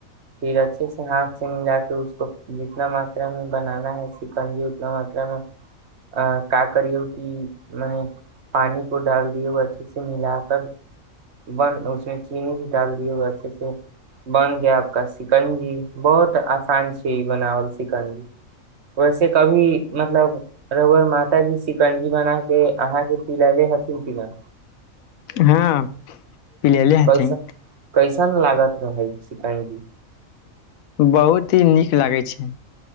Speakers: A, on the right (about 55°); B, on the left (about 85°).
A: फिर अच्छे से हाथ से मिलाक त उसको जितना मात्रामे बनाना है चिकनजी उतना मात्रामे अ ककरियौ की मने पानि को डाल दियऔ ओ अच्छे से मिल कर बन उसमे चीनी भी डाल दिय अच्छे से बन आपका सिकंजी बहुत आसान छै ई बनावल सिकंजी वैसे कभी मतलब रघुअर मातााजी सिकंजी बना के अहाँके पिलले हथिन पना
B: हँ पिलल हाथिन
A: कैसन कैसन लागत रहै शतंजी
B: बहुत ही नीक लागै छै